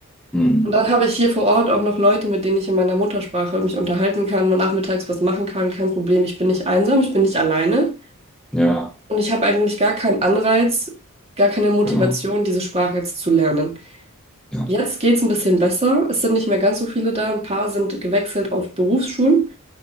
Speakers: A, in the centre; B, on the right (about 30°).
A: mm.
B: Und dann habe ich hier vor Ort auch noch Leute, mit denen ich in meiner Muttersprache mich unterhalten kann, mal nachmittags was machen kann, kein Problem, ich bin nicht einsam, ich bin nicht alleine.
A: Ja,
B: Und ich habe eigentlich gar keinen Anreiz, gar keine Motivation,
A: genau.
B: diese Sprache jetzt zu lernen.
A: Ja.
B: Jetzt geht es ein bisschen besser, es sind nicht mehr ganz so viele da, ein paar sind gewechselt auf Berufsschulen.